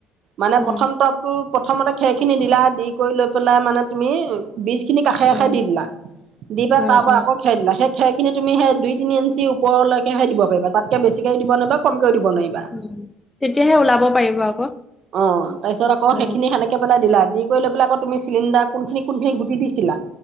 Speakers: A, on the right; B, on the left.
A: মানে
B: উম
A: প্ৰথমটো প্ৰথমতে খেৰ খিনি দিলা দি কৰি লৈ পেলাই মানে তুমি বীজখিনি কাষে কাষে
B: উম
A: দি দিলা দি পাই
B: উম
A: তাৰ পৰা
B: উম
A: আকৌ খিয়াই দিলে। সেই খৰিনি তুমি সেই দুই তিনি ইঞ্চি ওপৰলৈ ে দিব পাৰিবা তাতকে বেছিকে দিব নোৱাৰিবা কমকেও দিব নোৱাৰিবা
B: উম তেতিয়াহে ওলাব পাৰিব আকৌ
A: অ তাৰ পিছত আকৌ
B: উম
A: সেইখিনি সেনেকে পেলাই দিলা দি কৰি লৈ পেলাই আকৌ তুমি চিলিণ্ডাৰ কোনখিনি কোন খিনি গুটি দিছিলা